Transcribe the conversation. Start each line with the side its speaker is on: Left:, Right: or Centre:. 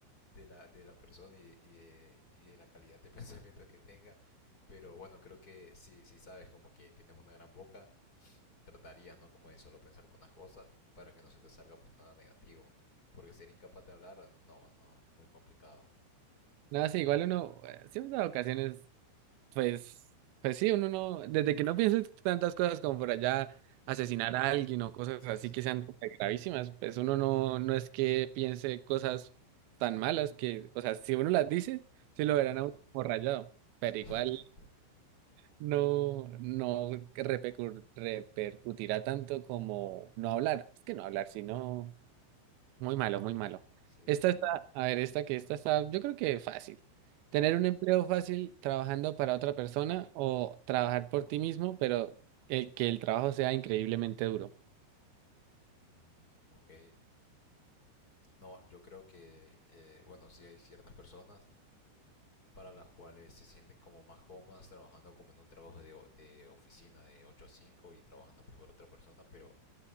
Left: de la, de la persona y, y de, y de la calidad de <laughs> pensamiento que tenga. Pero bueno, creo que si, si sabes como que tienes una gran boca, tratarías, ¿no? Como de solo pensar por unas cosas para que no se te salga pues nada negativo. Porque ser incapaz de hablar, no, no, no, muy complicado.
Right: no, sí, igual uno, eh, siempre hay ocasiones Pues, pues sí, uno no, desde que no piense tantas cosas como por allá
Left: Ujú.
Right: asesinar a alguien o cosas
Left: Sí,
Right: así
Left: sí,
Right: que sean súper gravísimas, pues uno no, no es que piense cosas tan malas que, o sea, si uno las dice, sí
Left: correcto.
Right: lo verán a uno como rayado, pero
Left: Sí,
Right: igual
Left: <laughs>
Right: no, no repercu- repercutirá tanto como no hablar. Es que no hablar, sino muy malo, muy malo.
Left: sí,
Right: Esta
Left: sí.
Right: está, a ver, esta que esta está, yo creo que fácil.
Left: Ujú.
Right: Tener un empleo fácil trabajando para otra persona o trabajar por ti mismo, pero el que el trabajo sea increíblemente duro.
Left: Mm, ok, No, yo creo que, eh, bueno, sí hay ciertas personas para las cuales se sienten como más cómodas trabajando como en un trabajo de, o- de oficina de 8 a 5 y trabajando pues por otra persona, pero